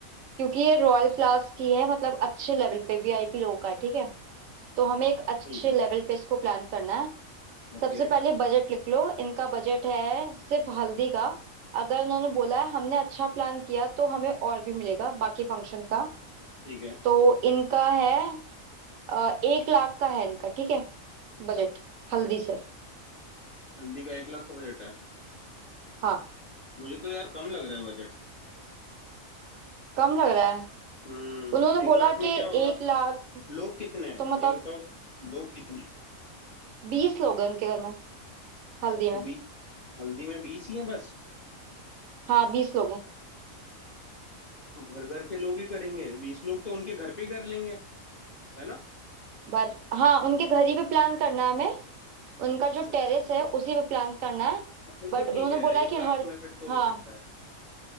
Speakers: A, on the right; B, on the left.
A: क्योंकि ये रॉयल क्लास की है मतलब अच्छे लेवल पे वीआईपी लोगों का है, ठीक है तो हमें एक अच्छे
B: ठीक है
A: लेवल पे इसको प्लान करना है
B: ओके
A: सबसे पहले बजट लिख लो इनका बजट है सिर्फ हल्दी का अगर उन्होंने बोला है हमने अच्छा प्लान किया तो हमें और भी मिलेगा बाकी फंक्शन का
B: ठीक है
A: तो इनका है अ, एक लाख का है इनका ठीक है बजट हल्दी सिर्फ
B: हल्दी का एक लाख का बजट है
A: हाँ
B: मुझे तो यार कम लग रहा है बजट
A: कम लग रहा है
B: हम्म
A: उन्होंने
B: एक
A: बोला
B: लाख में
A: कि
B: क्या होगा
A: एक लाख
B: लोग कितने हैं
A: तो मतलब
B: ये बताओ लोग कितने हैं
A: बीस लोग हैं उनके घर में हल्दी में
B: तो बी हल्दी में बीस ही हैं बस
A: हाँ बीस लोग हैं
B: तो घर घर के लोग ही करेंगे बीस लोग तो उनके घर पे ही कर लेंगे है ना
A: पर हाँ उनके घर ही पे प्लान करना है हमें उनका
B: अच्छा
A: जो
B: अच्छा
A: टेरेस
B: अच्छा
A: है
B: अच्छा
A: उसी पे प्लान करना है
B: अब फिर
A: बट
B: तो
A: उन्होंने
B: ठीक है
A: बोला है
B: एक
A: कि
B: लाख
A: हर
B: में फिर तो
A: हाँ
B: हो सकता है